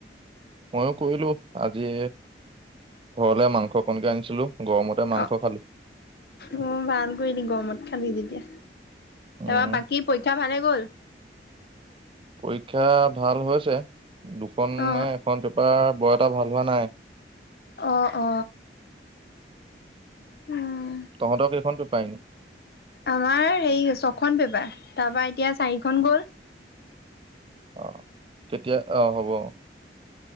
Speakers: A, on the right (about 30°); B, on the left (about 60°).
A: মইও কৰিলো আজি ঘৰলে মাংস অকন কে আনিছিলো গৰমতে মাংস
B: অ
A: খালো।
B: অহ ভাল কৰি দি গৰমত খালি যেতিয়া
A: উম,
B: তাপা বাকী পৰীক্ষা ভালে গ'ল
A: পৰীক্ষা ভাল হৈছে দুখন
B: অ
A: নে এখন পেপাৰ বৰ এটা ভাল হোৱা নাই।
B: অ অ উম
A: তহঁতক কেইখন পেপাৰ এনে?
B: আমাৰ সেই চ ছখন পেপাৰ তাৰ পৰা এতিয়া চাৰিখন গ'ল
A: অ কেতিয়া আহ হ'ব অ